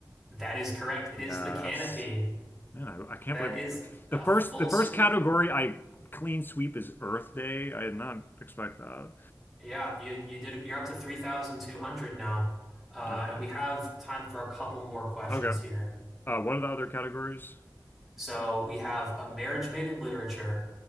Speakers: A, in the centre; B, on the left.
A: that is correct. It
B: Yes.
A: is the canopy.
B: Man, I, I can't
A: That
B: believe
A: is
B: it.
A: a
B: the first
A: full
B: the first
A: sweep.
B: category I clean sweep is Earth Day. I did not expect that.
A: Yeah, you you did you're up to 3,200 now. Uh,
B: Okay.
A: and we have time for a couple more questions
B: Okay.
A: here.
B: Uh, what are the other categories?
A: So we have a marriage made in literature,